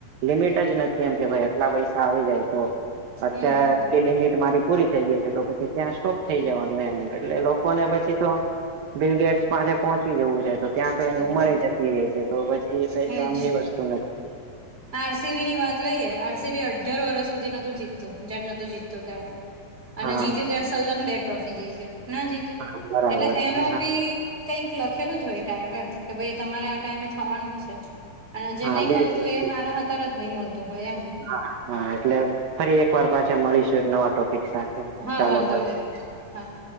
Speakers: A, on the right; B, on the right.
A: લિમિટ જ નથી એમ કે ભાઈ આટલા પૈસા આવી જાય તો. અત્યારે
B: હમ
A: લિમિટ મારી પૂરી થઇ ગઈ. તો પછી ત્યાં સ્ટોપ થઈ જવાનું એમ એટલે લોકોને પછી તો બિડેકસ. પાસેે પહોંચવી જવું છે તો ત્યાં
B: છે.
A: તો એની ઉંમરે જતી ર રહે છે તો પછી એ કઈ
B: એજ
A: કામ ની વસ્તુ નથી.
B: આરસીબી ની વાત લઈએ આરસીબી અઢાર વર્ષ સુધી નોતું જીતું જયારે નોતુ જીતું ત્યારે. અને
A: હા
B: જીત્યું ત્યારે સલંગ બે ટ્રોફી જીત્યો ના જીત્યું
A: હા બરાબર
B: એટલે એનો
A: છે હા
B: બી. કઈક લખેલું જ હોય ટાઈમે એ કે ભાઈ તમારે આ ટાઈમે થવાનું જ છે. અને જે
A: હા
B: નહી
A: બિલકુલ
B: મળતું હોય એ હારાઆતાર જ નહી મળતું હોય એમ
A: હા હા એટલે ફરી એક વાર પાછા મળીશું એક નવા ટોપિક સાથે
B: હા
A: ચાલો
B: વાંધો
A: મળી
B: નહી હા